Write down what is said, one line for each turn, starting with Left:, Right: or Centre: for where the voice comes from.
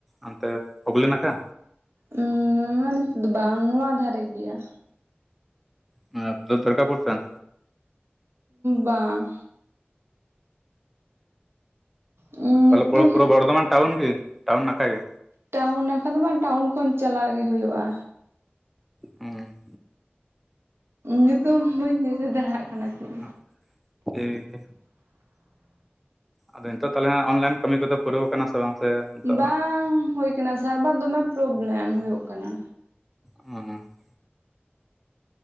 Centre: ᱚᱱᱛᱮ ᱦᱩᱜᱽᱞᱤ ᱱᱟᱠᱷᱟ?
Right: ᱩ ᱢᱮᱢᱟᱨᱤ ᱥᱮᱱ ᱫᱚ ᱵᱟᱝ ᱱᱚᱣᱟ ᱫᱷᱟᱨᱮ ᱜᱮᱭᱟ᱾
Centre: ᱦᱚᱸ ᱟᱫᱚ ᱫᱚᱨᱠᱟ ᱯᱩᱨ ᱥᱮᱱ?
Right: ᱵᱟᱝ, ᱧᱩᱛᱩᱢ
Centre: ᱛᱟᱦᱚᱞᱮ ᱯᱩᱨᱟᱹ ᱯᱩᱨᱟᱹ ᱵᱚᱨᱫᱷᱟᱱ ᱴᱟᱣᱩᱱ ᱜᱤ ᱴᱟᱣᱩᱱ ᱱᱟᱠᱷᱟ ᱜᱮ?
Right: ᱴᱟᱣᱩᱱ ᱱᱟᱠᱷᱟ ᱫᱚ ᱵᱟᱝ ᱴᱟᱣᱩᱱ ᱠᱷᱚᱱ ᱪᱟᱞᱟᱜ ᱜᱮ ᱦᱩᱭᱩᱜᱼᱟ᱾
Centre: ᱦᱩᱸ
Right: ᱧᱩᱛᱩᱢ ᱵᱟᱹᱧ ᱫᱤᱥᱟᱹ ᱫᱟᱲᱮᱭᱟᱜ ᱠᱟᱱᱟ ᱪᱮᱫ᱾
Centre: <unintelligible> ᱟᱫᱚ ᱱᱤᱛᱚᱜ ᱛᱟᱞᱦᱮ ᱦᱟᱸᱜ ᱚᱱᱞᱟᱭᱤᱱ ᱠᱟᱹᱢᱤ ᱠᱚᱫᱚ ᱯᱩᱨᱟᱹᱣ ᱠᱟᱱᱟ ᱥᱮ ᱵᱟᱝ? ᱥᱮ ᱱᱤᱛᱚᱜ
Right: ᱵᱟᱝ
Centre: ᱦᱟᱸᱜ
Right: ᱦᱩᱭ ᱟᱠᱟᱱᱟ ᱥᱟᱨᱵᱷᱟᱨ ᱫᱚᱢᱮ ᱯᱨᱚᱵᱞᱮᱢ ᱦᱩᱭᱩᱜ ᱠᱟᱱᱟ᱾
Centre: <unintelligible>